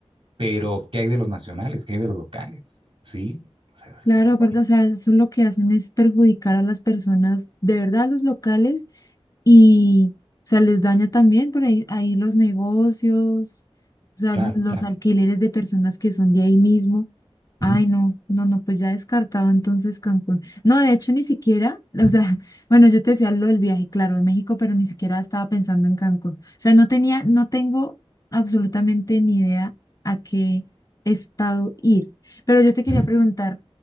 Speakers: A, on the right (about 60°); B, on the left (about 35°).
A: pero ¿qué hay de los nacionales? ¿Qué hay de los locales? ¿Sí? O sea, es
B: Claro,
A: como de,
B: aparte,
A: guay.
B: o sea, eso lo que hacen es perjudicar a las personas, de verdad, a los locales, y, o sea, les daña también por ahí, ahí los negocios, o sea,
A: Claro,
B: los
A: claro.
B: alquileres de personas que son de ahí mismo. Ay,
A: Ujú,
B: no, no, no, pues ya descartado entonces Cancún. No, de hecho, ni siquiera,
A: ujú,
B: o sea, <laughs> bueno, yo te decía lo del viaje, claro, de México, pero ni siquiera estaba pensando en Cancún. O sea, no tenía, no tengo absolutamente ni idea a qué estado ir. Pero yo te quería
A: ujú,
B: preguntar.